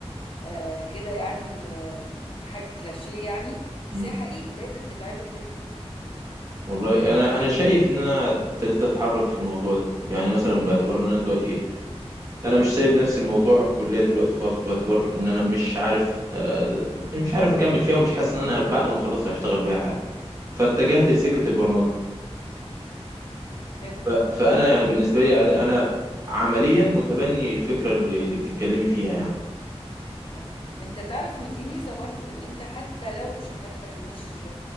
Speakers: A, on the left; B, on the right.
A: آه، كده يعني آه، حاجه كلاشيه يعني
B: مم.
A: بس هي حقيقي لازم تتعمل كده
B: والله انا انا شايف ان انا ابتديت اتحرك في الموضوع ده يعني مثلا باعتبار ان انا دلوقتي ايه انا مش سايب نفسي الموضوع الكليه دلوقتي خالص باعتبار ان انا مش عارف آه مش عارف اكمل فيها ومش حاسس ان انا بعد ما اخلصها هشتغل بيها حاجه فاتجهت
A: امم
B: لسكه البرمجه
A: حلو
B: ف- فانا يعني بالنسبه لي انا أنا عمليا متبني الفكره اللي, اللي بتتكلمي فيها يعني
A: اه انت تعرف ان دي ميزة برضو ان انت حتى لو شهادتك مش